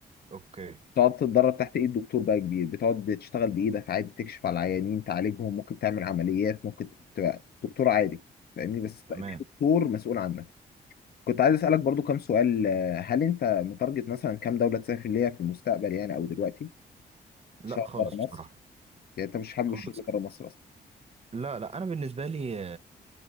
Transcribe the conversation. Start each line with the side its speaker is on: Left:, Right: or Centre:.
Right: اوكي
Left: تقعد تتدرب تحت ايد دكتور بقى كبير بتقعد تشتغل بايدك عادي تكشف على العيانين تعالجهم ممكن تعمل عمليات ممكن تبقى دكتور عادي فاهمني بس بقى
Right: تمام
Left: في دكتور مسؤول عنك كنت عايز اسالك برضو كام سؤال آه، هل انت متارجت مثلا كام دوله تسافر ليها في المستقبل يعني او دلوقتي
Right: لا
Left: تشتغل
Right: خالص
Left: بره
Right: بصراحة
Left: مصر يعني انت مش حابب
Right: خالص
Left: الشغل بره مصر اصلا
Right: لا لا انا بالنسبه لي